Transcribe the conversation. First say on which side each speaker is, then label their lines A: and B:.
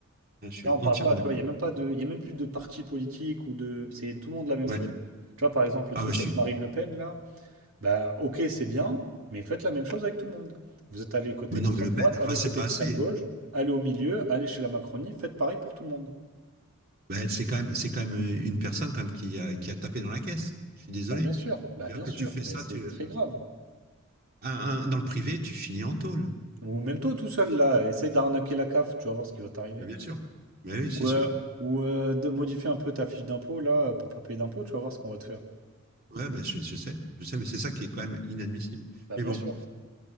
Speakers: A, on the right; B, on the right.
A: je suis
B: Là, on
A: entièrement
B: parle pas,
A: d'accord.
B: tu vois, il n'y a même pas de, il y a même plus de parti politique ou de, c'est tout le monde la même
A: Ouais.
B: chose. Tu vois, par exemple, le
A: Ah
B: truc
A: bah je suis.
B: avec Marine Le Pen, là, bah, ok, c'est bien, mais faites la même chose avec tout le monde. Vous êtes allé côté
A: Mais
B: extrême
A: non, mais Le
B: droite,
A: Pen, enfin,
B: allez
A: c'est
B: côté
A: pas
B: extrême
A: assez.
B: gauche, allez au milieu, allez chez la Macronie, faites pareil pour tout le monde.
A: Bah, elle, c'est quand même, c'est quand même euh, une personne quand même qui a, qui a tapé dans la caisse. Je suis désolé.
B: Bah, bien sûr, bah,
A: C'est-à-dire
B: bien
A: que
B: sûr,
A: tu fais
B: mais
A: ça,
B: c'est
A: tu,
B: très grave.
A: un- un- dans le privé, tu finis en tôle.
B: Ou même toi tout seul
A: Tu finis
B: là,
A: en-
B: essaye d'arnaquer la CAF, tu vas voir ce qui va t'arriver.
A: Mais bien sûr. Mais oui, c'est
B: Ou,
A: sûr.
B: euh, ou euh, de modifier un peu ta fiche d'impôt là pour pas payer d'impôt, tu vas voir ce qu'on va te faire.
A: Ouais, bah, je, je sais, je sais, mais c'est ça qui est quand même inadmissible.
B: Bah
A: Mais
B: bien
A: bon,
B: sûr.